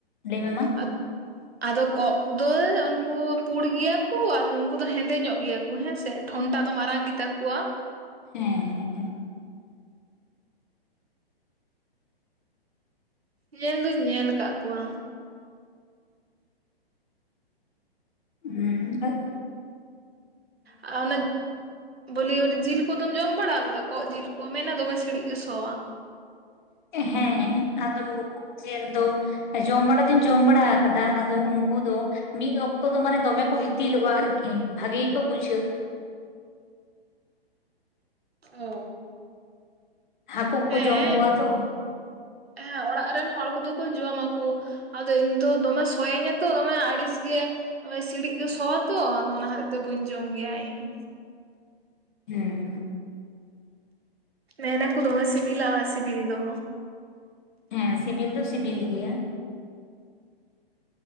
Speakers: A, on the left; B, on the right.
A: ᱞᱟᱹᱭ ᱢᱮ ᱢᱟ
B: ᱟᱫᱚᱼᱼ
A: <inaudible>
B: ᱟᱫᱚ ᱠᱚᱸᱜ ᱠᱚ ᱫᱚ ᱩᱱᱠᱩ ᱯᱩᱸᱰ ᱜᱮᱭᱟ ᱠᱚ ᱟᱨ ᱩᱱᱠᱩ ᱫᱚ ᱦᱮᱸᱫᱮ ᱧᱚᱜ ᱜᱮᱭᱟ ᱠᱚ ᱦᱮᱸ ᱥᱮᱼᱼ ᱴᱷᱚᱱᱴᱟ ᱫᱚ ᱢᱟᱨᱟᱝ ᱜᱮᱛᱟ ᱠᱚᱣᱟ
A: ᱦᱮᱸ ᱦᱮᱸ ᱦᱮᱸᱼᱼ
B: ᱧᱮᱞ ᱫᱚᱧ ᱧᱮᱞ ᱟᱠᱟᱫ ᱠᱚᱣᱟ
A: ᱦᱮᱸᱼᱼ
B: ᱟᱨ ᱚᱱᱟᱼᱼ ᱵᱚᱞᱮ ᱡᱤᱞ ᱠᱚᱫᱚᱢ ᱡᱚᱢ ᱵᱟᱲᱟ ᱟᱠᱟᱫᱟ ᱠᱚᱸᱜ ᱡᱤᱞ ᱠᱚ ᱢᱮᱱᱟ ᱫᱚᱢᱮ ᱥᱤᱲᱤᱡ ᱜᱮ ᱥᱚᱣᱟ
A: ᱦᱮᱸ ᱟᱫᱚ ᱡᱮᱞ ᱫᱚᱼᱼ ᱡᱚᱢ ᱵᱟᱲᱟ ᱫᱚᱧ ᱡᱚᱢ ᱵᱟᱲᱟ ᱟᱠᱟᱫᱟ ᱟᱫᱚ ᱩᱱᱠᱩ ᱫᱚᱼᱼ ᱢᱤᱫ ᱚᱠᱛᱚ ᱫᱚ ᱢᱟᱱᱮ ᱫᱚᱢᱮ ᱠᱚ ᱤᱛᱤᱞᱚᱜᱼᱟ ᱟᱨᱠᱤ᱾ ᱵᱷᱟᱜᱤ ᱜᱮᱠᱚ ᱵᱩᱡᱷᱟᱹᱜᱼᱟ᱾
B: ᱚ
A: ᱦᱟᱹᱠᱩ ᱠᱚᱠᱚ
B: ᱦᱮᱸ
A: ᱡᱚᱢ ᱠᱚᱣᱟ ᱛᱚ᱾
B: ᱦᱮᱸ ᱚᱲᱟᱜ ᱨᱮᱱ ᱦᱚᱲ ᱠᱚᱫᱚ ᱠᱚ ᱡᱚᱢᱟᱠᱚ, ᱟᱫᱚ ᱤᱧ ᱫᱚ ᱫᱚᱢᱮ ᱥᱚᱭᱮᱧᱟ ᱛᱚ ᱫᱚᱢᱮ ᱟᱹᱲᱤᱥ ᱜᱮ ᱚᱱᱮ ᱥᱤᱲᱤᱡ ᱜᱮ ᱥᱚᱣᱟ ᱛᱚ ᱟᱫᱚ ᱚᱱᱟ ᱠᱷᱟᱹᱛᱤᱨ ᱛᱮ ᱵᱟᱹᱧ ᱡᱚᱢ ᱜᱮᱭᱟ ᱤᱧ᱾
A: ᱦᱮᱸ,
B: ᱢᱮᱱᱟᱠᱚ ᱫᱚᱢᱮ ᱥᱤᱵᱤᱞᱟ ᱥᱤᱵᱤᱞ ᱫᱚ᱾
A: ᱦᱮᱸ ᱥᱤᱵᱤᱞ ᱫᱚ ᱥᱤᱵᱤᱞ ᱜᱮᱭᱟ᱾